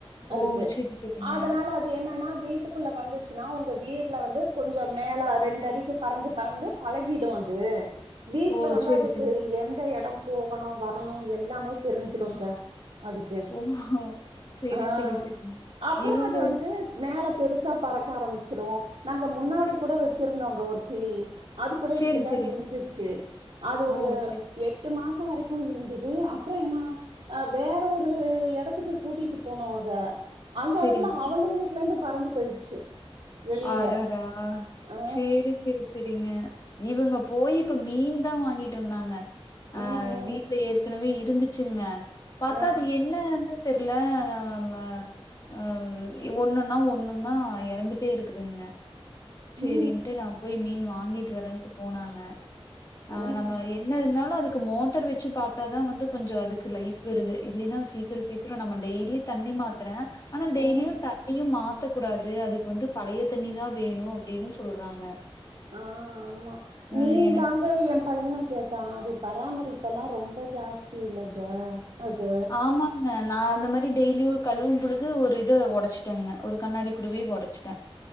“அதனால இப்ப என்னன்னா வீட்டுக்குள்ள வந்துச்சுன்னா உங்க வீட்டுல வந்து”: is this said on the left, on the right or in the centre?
Right